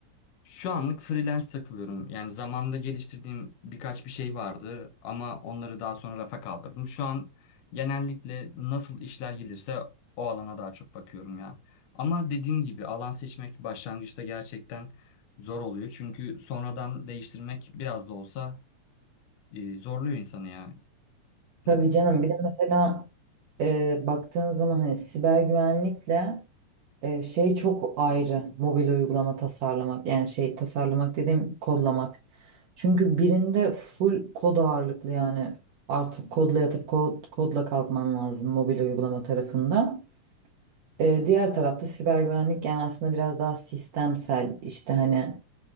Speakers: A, on the left (about 75°); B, on the right (about 75°).
A: Şu anlık freelance takılıyorum. Yani zamanda geliştirdiğim birkaç bir şey vardı ama onları daha sonra rafa kaldırdım. Şu an genellikle nasıl işler gelirse o alana daha çok bakıyorum ya. Ama dediğin gibi alan seçmek başlangıçta gerçekten zor oluyor. Çünkü sonradan değiştirmek biraz da olsa e, zorluyor insanı ya.
B: Tabii
A: ne bileyim.
B: canım bir de mesela e, baktığın zaman hani siber güvenlikle e, şey çok ayrı mobil uygulama tasarlamak yani şey tasarlamak dediğim kodlamak. Çünkü birinde full kod ağırlıklı yani artık kodla yatıp kod, kodla kalkman lazım mobil uygulama tarafında. E, diğer tarafta siber güvenlik yani aslında biraz daha sistemsel işte hani